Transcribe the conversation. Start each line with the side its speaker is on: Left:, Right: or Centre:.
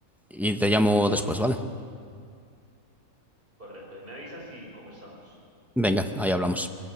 Centre: y te llamo después, ¿vale?
Right: Correcto, ahí me avisas y conversamos.
Centre: Venga, ahí hablamos.